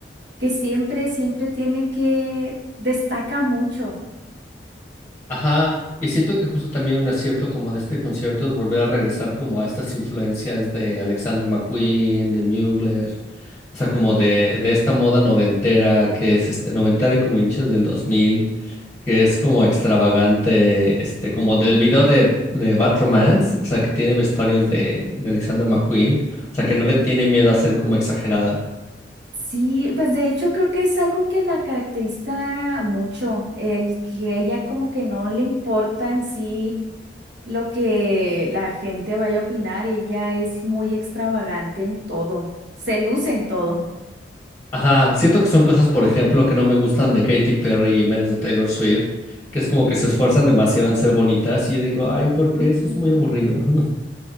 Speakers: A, on the right (about 75°); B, on the left (about 15°).
A: que siempre, siempre tiene que... Destaca mucho.
B: Ajá, y siento que justo también un acierto como de este concierto es volver a regresar como a estas influencias de Alexander McQueen, de Mugler, o sea, como de, de esta moda noventera que es este noventera y como inicios del 2000, que es como extravagante, este, como del video de, de Bad Romance, o sea, que tiene vestuarios de, de Alexander McQueen, o sea, que
A: Sí.
B: no le tiene miedo a ser como exagerada.
A: Sí, pues de hecho creo que es algo que la caracteriza mucho, el que ella como que no le importa en sí lo que la gente vaya a opinar, ella es muy extravagante en todo, se luce en todo.
B: Ajá, siento que son cosas, por ejemplo, que no me gustan de Katy Perry y menos de Taylor Swift, que es como que se esfuerzan demasiado en ser bonitas y yo digo, ay, ¿por qué?
A: Ujú.
B: Eso es muy aburrido. <laughs>